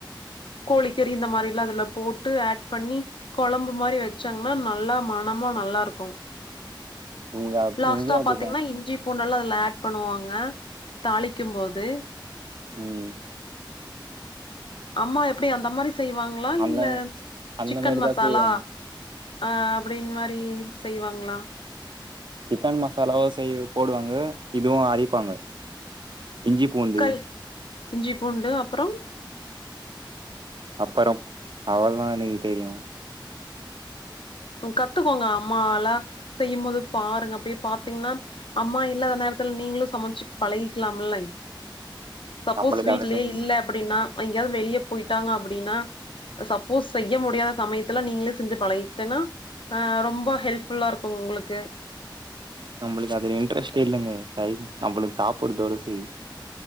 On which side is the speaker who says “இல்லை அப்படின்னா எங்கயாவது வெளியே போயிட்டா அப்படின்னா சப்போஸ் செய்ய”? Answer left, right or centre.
Left